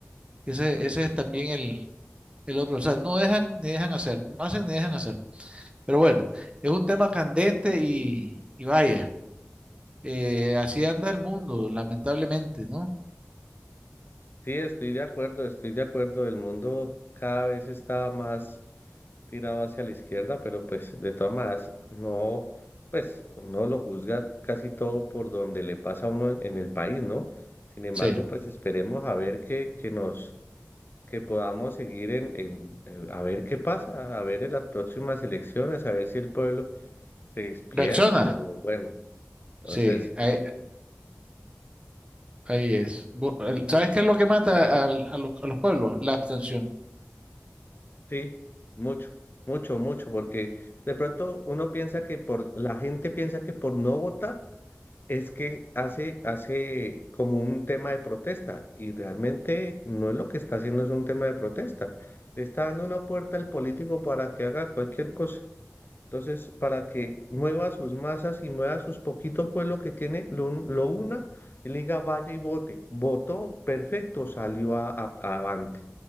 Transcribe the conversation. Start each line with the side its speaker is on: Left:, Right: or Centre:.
Right: Ese, ese es también el, el otro. O sea, no dejan ni dejan hacer, no hacen ni dejan hacer. Pero bueno, es un tema candente y, y vaya, eh, así anda el mundo, lamentablemente, ¿no?
Left: sí, estoy de acuerdo, estoy de acuerdo. El mundo cada vez está más tirado hacia la izquierda, pero pues de todas maneras, no, pues uno lo juzga casi todo por donde le pasa a uno en, en el país, ¿no? Sin embargo,
Right: Sí.
Left: pues esperemos a ver que, que nos que podamos seguir en, en, eh, a ver qué pasa, a ver en las próximas elecciones, a ver si el pueblo se despierta
Right: Reacciona.
Left: o bueno, entonces
Right: Sí, ahí, ahí es. Bu- el- ¿Sabes qué es lo que mata al- a, lo- a los pueblos? La abstención.
Left: sí, mucho, mucho, mucho, porque de pronto uno piensa que por, la gente piensa que por no votar es que hace, hace como un tema de protesta y realmente no es lo que está haciendo, es un tema de protesta. Le está dando una puerta al político para que haga cualquier cosa. Entonces, para que mueva sus masas y mueva sus poquito pueblo que tiene, lo, un- lo una y le diga vaya y vote. Votó, perfecto, salió a, a- avante.